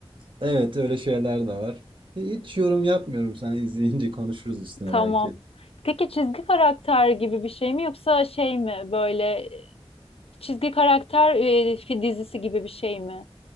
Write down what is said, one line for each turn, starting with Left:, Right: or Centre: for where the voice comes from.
Right: evet öyle şeyler de var. E, Hiç yorum yapmıyorum. Sen izleyince konuşuruz üstüne
Left: Tamam.
Right: belki.
Left: Peki çizgi karakter gibi bir şey mi yoksa şey mi böyle e, çizgi karakter e, fi- dizisi gibi bir şey mi?